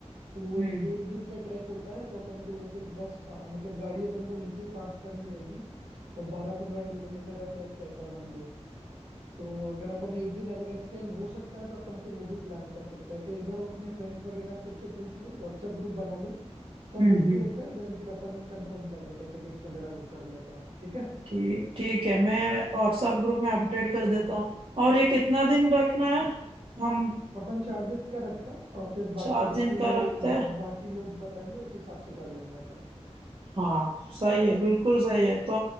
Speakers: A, on the right; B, on the right.
A: तो वो
B: हम्म
A: एक, एक दिन का ट्रैक होता है तो अपन को जैसे बस पा- मतलब गाड़ी अपन को नीचे पार्क करनी रहेगी और बारह पंद्रह किलोमीटर का ट्रैक रहता है वन वे तो अगर अपन एक दिन अगर एक्सटेंड हो सकता है तो अपन फिर वो भी प्लान कर सकते हैं तो एक बार आप अपने फ्रेंड्स वगैरह सबसे पूछ लो व्हाट्सएप ग्रुप बना लो सब
B: हम्म
A: ओके
B: हम्म
A: होता है देन फिर अपन कंफर्म कर देते हैं टिकट्स वगैरह बुक कर लेते हैं ठीक है
B: ठीक ठीक है मैं व्हाट्सएप ग्रुप में अपडेट कर देता हूँ और ये कितना दिन रखना है हम
A: अपन चार दिन का रखते हैं और फिर बाकी
B: चार
A: जैसे
B: दिन
A: ही
B: का
A: वो
B: रखते हैं
A: जब बाकी लोग बताएंगे उस हिसाब से कर लेंगे अपन
B: हाँ सही है बिल्कुल सही है तो